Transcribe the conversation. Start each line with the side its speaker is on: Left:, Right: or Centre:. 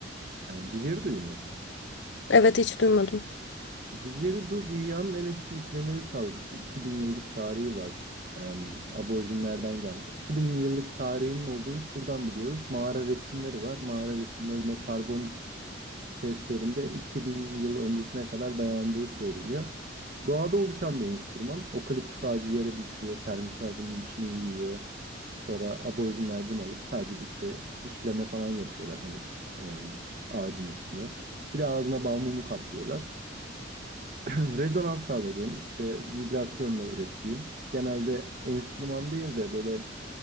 Right: Ee, didgerido'yu mu?
Left: Evet hiç duymadım.
Right: Didgeridoo dünyanın en eski üflemeli çalgısı. 2000 yıllık tarihi var. Em, aborjinlerden gelme. 2000 yıllık tarihinin olduğunu şuradan biliyoruz. Mağara resimleri var. Mağara resimlerinde karbon testlerinde 2000 yıl öncesine kadar dayandığı söyleniyor. Doğada oluşan bir enstrüman. Okaliptüs ağacı yere düşüyor. Termitler bunun içini yiyor. Sonra aborjinler bunu alıp sadece işte işleme falan yapıyorlar hani em, ağacın üstüne. Bir de ağzına bal mumu kaplıyorlar. Rezonans sağladığın, işte vibrasyonla ürettiğin, genelde enstrüman değil de böyle